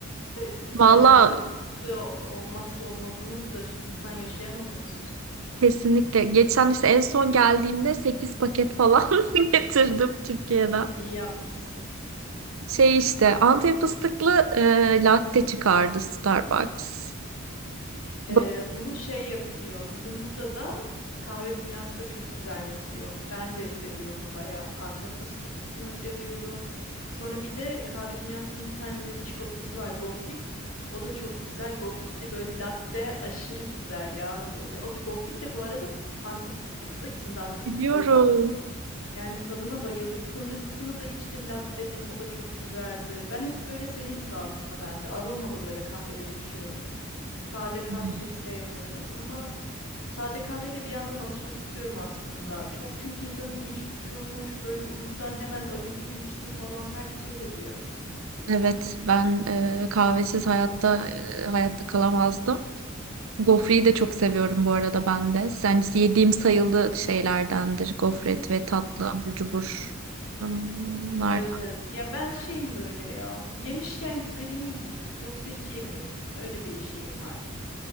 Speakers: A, on the left; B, on the right.
A: <laughs>
B: Valla
A: Yani Antep fıstığı o- olmazsa olmazımızdır. İnsan yaşayamaz onsuz.
B: Kesinlikle. Geçen işte en son geldiğimde 8 paket falan <laughs> getirdim Türkiye'den.
A: İyi yapmışsın.
B: Şey işte Antep fıstıklı e, latte çıkardı Starbucks. Bak-
A: Ee, bunu şey yapıyor. Bizim burada da kahve dünyası da çok güzel yapıyor. Ben de seviyorum bayağı. Antep fıstıklısını seviyorum. Sonra bir de kahve dünyasının bir tane ünlü bir çikolatası var. Gofrik. O da çok güzel. Gofrikli böyle latte aşırı güzel ya. Böyle. O da gofrik de bu arada Antep fıstıklı. İçinde Antep
B: Biliyorum.
A: fıstığı var. Yani tadına bayıldım. Fındıklısını da içtim latte'nin. O da çok güzeldi. Ben hep böyle senin gibi aslında ben de aromalı böyle kahveler içiyorum. Sade kahve
B: Hmm.
A: pek sevmiyorum ama sade kahveye de bir yandan alışmak istiyorum aslında. Çok çünkü insanı dinç tutuyormuş, böyle uykudan hemen ayılıyormuşsun falan. Herkes öyle diyor.
B: Evet ben e, kahvesiz hayatta e, hayatta kalamazdım. Gofreyi de çok seviyorum bu arada ben de. Sen yediğim sayılı şeylerdendir. Gofret ve tatlı abur cubur. Hmm, Bunlar
A: Evet evet. Ya ben şeyim böyle ya. Yemişken güzelini yiyeyim. Yoksa hiç yemeyeyim. Öyle bir şeyim var